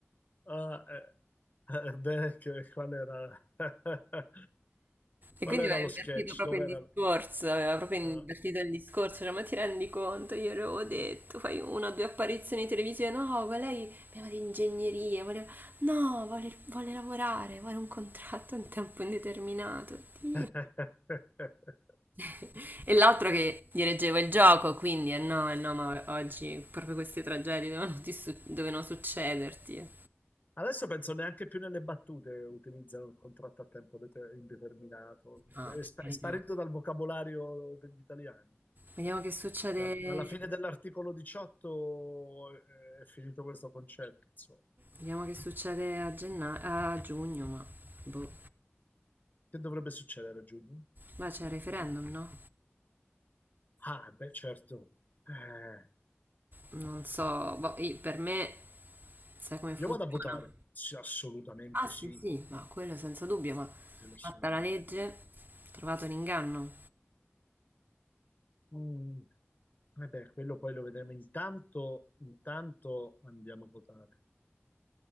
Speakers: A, on the left; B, on the right.
A: Ah, eh, <laughs> eh, beh, che- qual era... <laughs>
B: E
A: qual
B: quindi
A: era
B: aveva
A: lo
B: invertito
A: sketch?
B: proprio
A: Dov'era...
B: il discorso, aveva proprio invertito
A: ah.
B: il discorso, cioè ma ti rendi conto, io le avevo detto, fai una o due apparizioni televisive, no, ma lei voleva di ingegneria, voleva... no, vuole, vuole lavorare, vuole un contratto a tempo indeterminato, Dio.
A: <laughs>
B: <laughs> E l'altro che dirigeva il gioco, quindi eh no, eh no, ma oggi proprio queste tragedie dovevano, ti su- dovevano succederti.
A: Adesso penso neanche più nelle battute utilizzano il contratto a tempo dete- indeterminato,
B: No,
A: è,
B: per
A: spa-
B: carità.
A: è sparito dal vocabolario degli italiani.
B: Vediamo che succede.
A: Da- dalla fine dell'articolo 18 è, è finito questo concetto, insomma.
B: Vediamo che succede a, genna- a giugno, ma boh.
A: Che dovrebbe succedere a giugno?
B: Ma c'è il referendum, no?
A: Ah, beh, certo. Eh,
B: Non so, boh, io- per me sai come
A: io
B: funziona?
A: vado a votare. Sì, assolutamente
B: Ah sì,
A: sì,
B: sì, ma quello senza dubbio, ma
A: quello assolutamente.
B: fatta la legge, trovato l'inganno.
A: Mm, vabbè, quello poi lo vedremo. Intanto, intanto andiamo a votare.